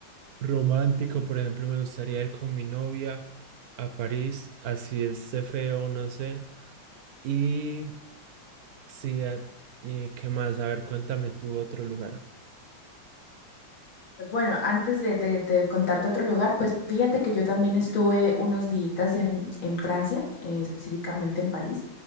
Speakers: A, on the right; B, on the left.
A: Romántico, por ejemplo, me gustaría ir con mi novia a París, así esté feo, no sé. Y sí, eh, y qué más, a ver, cuéntame tú otro lugar.
B: Bueno, antes de, de- de contarte otro lugar, pues fíjate que yo también estuve unos días en, en Francia, eh, específicamente en París,